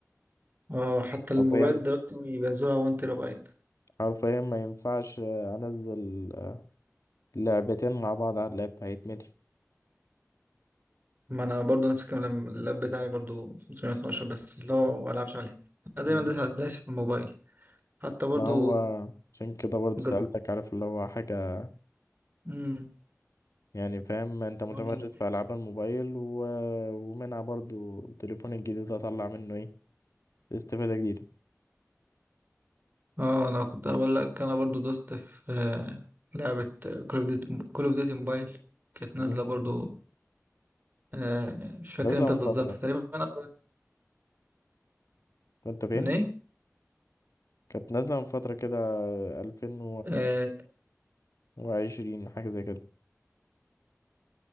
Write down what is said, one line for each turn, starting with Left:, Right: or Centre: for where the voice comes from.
Right: اه حتى الموبايلات
Left: حرفيا
Right: دلوقتي بينزلوها 1 تيرا بايت
Left: حرفيا ما ينفعش انزل لعبتين مع بعض على اللاب هيتملي
Right: ما أنا برضه نفس الكلام لما اللاب بتاعي برضه 512 بس اللي هو ما ألعبش عليه أنا دايما
Left: مم.
Right: دايس دايس في الموبايل حتى برضه
Left: ما هو عشان كده برضو
Right: جد
Left: سألتك عارف اللي هو حاجة
Right: مم.
Left: يعني فاهم انت متمرس
Right: برضه
Left: في ألعاب الموبايل و... ومنها برضو تليفون الجديد هطلع منه ايه استفادة جديدة
Right: اه انا كنت اقول لك انا برضو دوست في آه، لعبة كول اوف ديوتي كول اوف ديوتي موبايل كانت
Left: مم.
Right: نازلة برضو آه، مش فاكر
Left: نازلة
Right: امتى
Left: من
Right: بالظبط
Left: فترة
Right: تقريبا انا
Left: انت فين؟
Right: من ايه
Left: كانت نازلة من فترة كده 2000
Right: اه
Left: وعشرين حاجة زي كده